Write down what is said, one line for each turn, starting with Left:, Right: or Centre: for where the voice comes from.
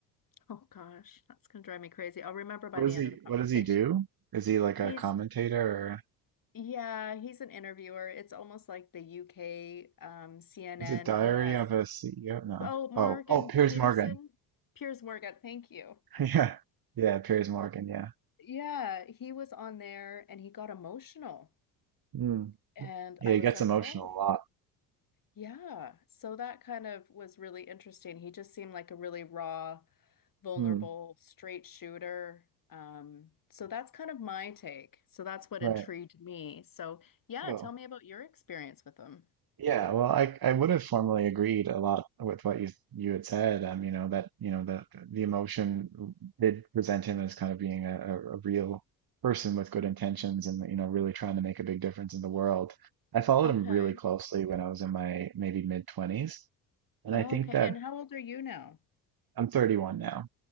Left: Oh gosh, that's gonna drive me crazy. I'll remember by
Right: what
Left: the
Right: does
Left: end
Right: he
Left: of the conversation.
Right: what does he do? Is he like
Left: He's
Right: a commentator or
Left: yeah, he's an interviewer. It's almost like the UK um, CNN.
Right: is it Diary
Left: He has
Right: of a CEO? No.
Left: oh Morgan
Right: Oh, oh, Piers
Left: Peterson,
Right: Morgan.
Left: Piers Morgan. Thank you.
Right: <laughs> Yeah, yeah, Piers Morgan. Yeah.
Left: Yeah, he was on there and he got emotional.
Right: Hmm.
Left: And
Right: Yeah,
Left: I
Right: he
Left: was
Right: gets
Left: like,
Right: emotional
Left: oh,
Right: a lot.
Left: yeah. So that kind of was really interesting. He just seemed like a really raw vulnerable,
Right: Hmm.
Left: straight shooter. Um, so that's kind of my take. So that's what
Right: Right.
Left: intrigued me. So yeah,
Right: Well,
Left: tell me about your experience with them.
Right: yeah. Well, I I would have formally agreed a lot with what you you had said. Um, you know that you know that the emotion did present him as kind of being a, a a real person with good intentions and you know really trying to make a big difference in the world. I followed
Left: Okay.
Right: him really closely when I was in my maybe mid twenties, and
Left: Oh,
Right: I think
Left: okay.
Right: that
Left: And how old are you now?
Right: I'm 31 now.